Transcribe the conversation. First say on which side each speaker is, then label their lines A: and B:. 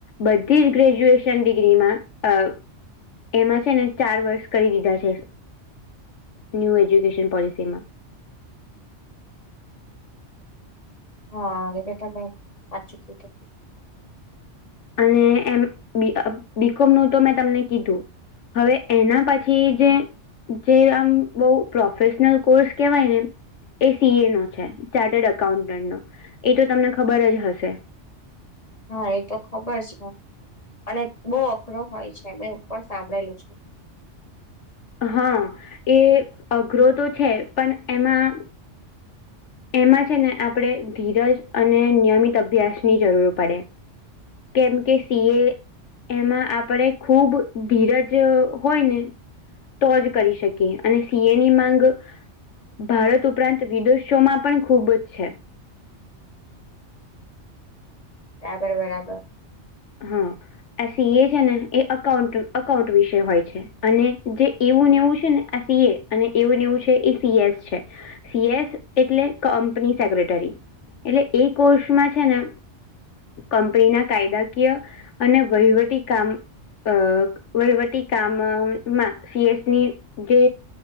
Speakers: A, on the left; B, on the left.
A: બધી જ ગ્રેજ્યુએશન ડિગ્રીમાં અ. એમાં છે ને ચાર વર્ષ કરી દીધા, છે ન્યૂ એજ્યુકેશન પોલિસીમાં.
B: હા એ તો તમે સાચું કીધું.
A: અને એમ બીકોમનું તો મેં તમને કીધું. હવે એના પછી જે. જે આમ બહું પ્રોફેશનલ કોર્સ કેવાય ને. એ સી એ નો છે ચાર્ટર્ડ એકાઉન્ટન્ટનો એ તો તમને ખબર જ હશે.
B: હા એ તો ખબર છે અને બહુ અઘરો હોય છે મેં એવું પણ સાંભળેલું છે.
A: હા એ અઘરો તો છે પણ એમાં. એમાં છે ને આપણે ધીરજ અને નિયમિત અભ્યાસ ની જરૂર પડે. કેમ કે સીએ. એમાં આપણે ખુબ ધીરજ હોય ને. તો જ કરી શકીએ અને સીએ ની માંગ ભારત ઉપરાંત વિદોશ. શો માં પણ ખુબ જ છે.
B: બરાબર બરાબર.
A: હમ. આ સીએ છે ને એ અકાઉન્ટ અકાઉન્ટ વિશે હોય છે અને જે એવું ને એવું છે ને આ સીએ. અને એવુંને એવું છે એ સીએસ છે સીએસ એટલે કંપની સેક્રેટરી. એટલે એ કોર્ષમાં છે ને કંપનીના કાયદા. કિય અને વહીવટી કામ. અ વહીવટી કામમાં સીએસની જે.